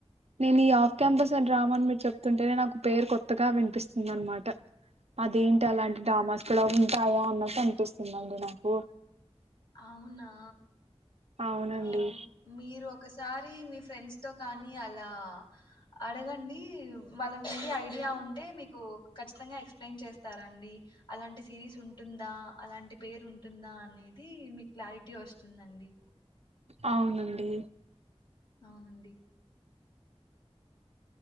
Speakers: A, on the right; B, on the left.
A: నేను ఈ ఆఫ్ క్యాంపస్ ఆ డ్రామాని మీరు చెప్తుంటేనే నాకు పేరు కొత్తగా వినిపిస్తుంది అనమాట అదేంటి అలాంటి డ్రామాస్ కూడా ఉంటాయా అన్నట్ అనిపిస్తుందండి నాకు
B: అవునా
A: అవునండి
B: ఆ మీరు ఒక ఒకసారి మీ ఫ్రెండ్స్ తో కానీ అలా అడగండి వాళ్ళకి మే బి ఐడియా ఉంటే మీకు ఖచ్చితంగా ఎక్స్ప్లెయిన్ చేస్తారండి అలాంటి సిరీస్ ఉంటుందా అలాంటి పేరు ఉంటుందా అనేది ఇది మీకు క్లారిటీ వస్తుందండి
A: అవునండి
B: అవునండి